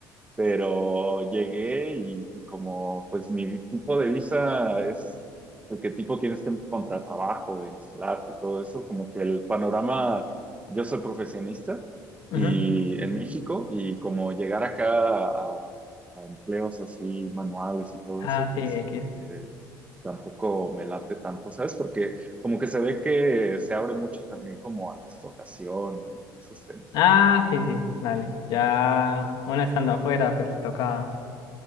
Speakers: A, on the right; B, on the left.
A: pero llegué y, y como pues mi tipo de visa es el que tipo tienes que encontrar trabajo, instalarte y todo eso, como que el panorama, yo soy profesionista
B: ujú.
A: y en México y como llegar acá a, a empleos así manuales y todo
B: Ah,
A: eso, pues
B: sí, X.
A: como que tampoco me late tanto, ¿sabes? Porque como que se ve que se abre mucho también como a la explotación, y esos temas.
B: Ah, sí, sí, dale. Ya uno estando afuera, pues le toca